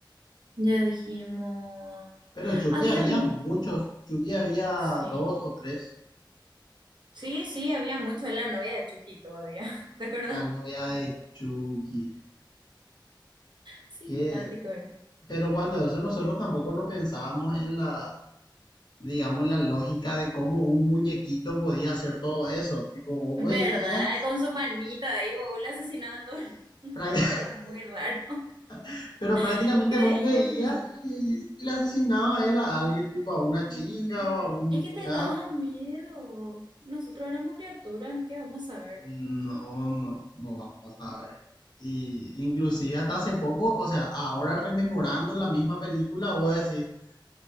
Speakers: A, on the right; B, on the left.
A: ya dijimos...
B: Pero Chucky
A: Había
B: había
A: mucho,
B: muchos. Chucky había
A: sí.
B: dos o tres.
A: Sí, sí, había mucho, la novia de Chucky todavía, <laughs> ¿te acuerdas?
B: La novia de Chucky.
A: Simpático
B: ¿Qué?
A: era.
B: Pero cuando eso nosotros tampoco no pensábamos en la, digamos, en la lógica de cómo un muñequito podía hacer todo eso. Tipo, vos
A: ¿Verdad?
B: veías,
A: Con su manita ahí, huevón, le asesinaba a todo el- <laughs>
B: práct-
A: No, era muy raro.
B: <laughs> pero prácticamente
A: <laughs> Creíamos
B: vos veías
A: nosotros.
B: y le asesinaba a él a alguien, tipo a una
A: Ujú.
B: chica o a un
A: Es que
B: muchacho.
A: te daba miedo. Nosotros éramos criaturas, ¿qué vamos a ver?
B: No, no, no vamos a ver. Y inclusive hasta hace poco, o sea, ahora rememorando la misma película, voy a decir